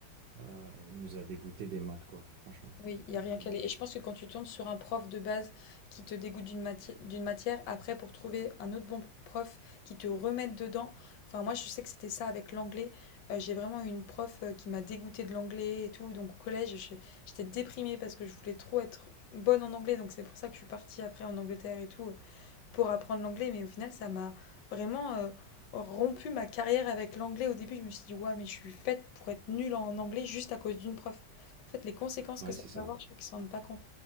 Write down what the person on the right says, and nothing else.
euh, il nous a dégoûté des maths, quoi, franchement.
Donc,
euh,
ouais,
c'est
ça.